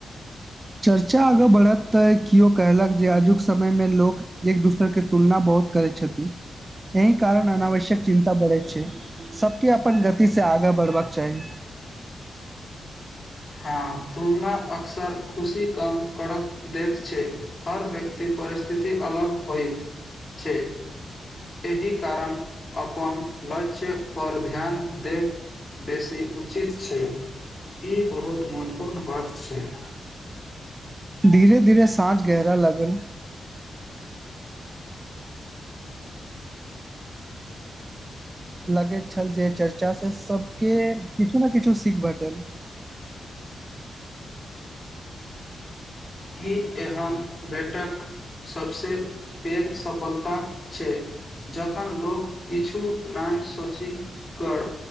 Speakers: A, on the right (about 25°); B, on the left (about 25°).
A: चर्चा आगाँ बढ़त तऽ केओ कहलक जे आजुक समयमे लोक एक दोसर के तुलना बहुत करैत छथिन एहि कारण अनावश्यक चिन्ता बढ़ैत छैय सबके अपन गतिसँ आगाँ बढ़बाक चाही।
B: हँ तुलना अक्सर खुशी कम करय दैत छैय हर व्यक्ति परिस्थिति अलग होइत छैय। एहि कारण अपन लक्ष्यपर ध्यान देब बेसी उचित छैय ई बहुत महत्वपूर्ण बात छैय।
A: धीरे धीरे साँझ गहरा लागल लगैत छल जे चर्चा से सबके किछु ने किछु सीख भेटल
B: ई एहन बेटक सबस पैघ सफलता छै जखन लोक किछु नहि सोचि कर